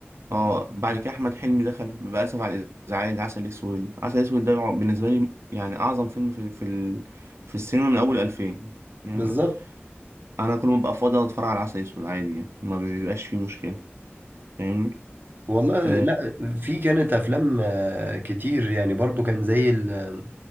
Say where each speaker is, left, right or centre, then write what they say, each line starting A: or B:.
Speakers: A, on the right (about 75°); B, on the right (about 50°).
A: اه بعد كده احمد حلمي دخل بأسف على الازعاج عسل اسود عسل اسود ده بالنسبه لي يعني اعظم فيلم في في ال... في السينما من اول 2000 يعني
B: بالظبط
A: انا كل ما ببقى فاضي أقعد اتفرج على عسل اسود عادي يعني ما بيبقاش فيه مشكله فاهمني
B: والله
A: آه
B: لا في كانت افلام آه، كتير يعني برضو كان زي ال-